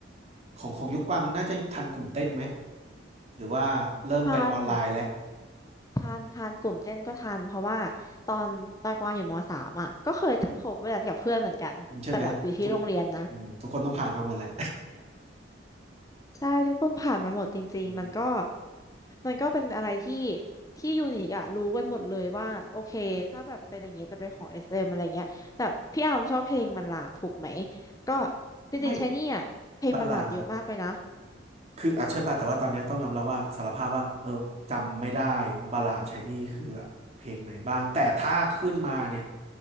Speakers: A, on the right; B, on the left.
A: ของของยุคกวางน่าจะทันกลุ่มเต้นไหมหรือว่าเริ่มเป็นออนไลน์แล้ว
B: ทันทันทันกลุ่มเต้นก็ทันเพราะว่าตอนตากวางอยู่มสามอ่ะก็เคยเต้นโคเวอร์กันกับเพื่อนเหมือนกัน
A: ใช่ไหมทุก
B: แต่แบบอยู่ที่โรงเรียนนะ
A: อืมทุกคนต้องผ่านมาหมดแหละ
B: ใช่ทุกคนผ่านมาหมดจริงๆมันก็
A: <laughs> อืม
B: มันก็เป็นอะไรที่ที่ยูนิคอะรู้กันหมดเลยว่าโอเคถ้าแบบเป็นอย่างนี้จะเป็นของ SM อสเอ็มอะไรเงี้ยแต่พี่อาร์มชอบเพลงบัลลาดถูกไหม ก็จริงๆใช้นี่อะเพลงบัลลาดเยอะมากเลยนะ
A: ไม่บัลลาดคืออาเชื่อป่ะแต่ว่าตอนนี้ต้องยอมรับว่าสารภาพว่าเออจำไม่ได้บัลลาดไชายนี่คือเพลงไหนบ้างแต่ถ้าขึ้นมาเนี่ย